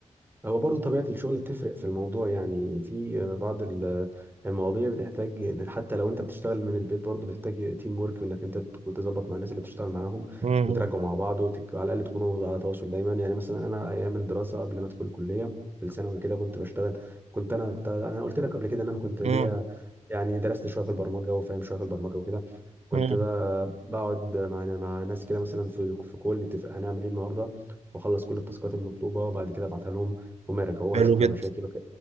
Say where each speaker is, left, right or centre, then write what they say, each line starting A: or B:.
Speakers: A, on the right (about 15°); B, on the right (about 55°).
A: هو برضه طبيعة الشغل بتفرق في الموضوع يعني في بعض ال- المواضيع بتحتاج إن حتى لو انت بتشتغل من البيت برضه بتحتاج تيم ورك وانك انت تكون تظبط مع الناس اللي بتشتغل معاهم
B: مم.
A: وتراجعوا مع بعض وتك... على الاقل تكونوا على تواصل دايما يعني مثلا انا ايام الدراسة قبل ما ادخل الكلية في الثانوي كده كنت بشتغل كنت انا أنت- انا قلت لك قبل كده ان انا كنت ليا
B: مم.
A: يعني درست شوية في البرمجة وفاهم شوية في البرمجة وكده كنت
B: مم.
A: بقى بقعد مع مع ناس كده مثلا في في كول نتفق هنعمل ايه النهارده واخلص كل التاسكات المطلوبه وبعد كده ابعتها لهم هم يرجعوها
B: حلو
A: يشوف فيها
B: جدا
A: مشاكل وك-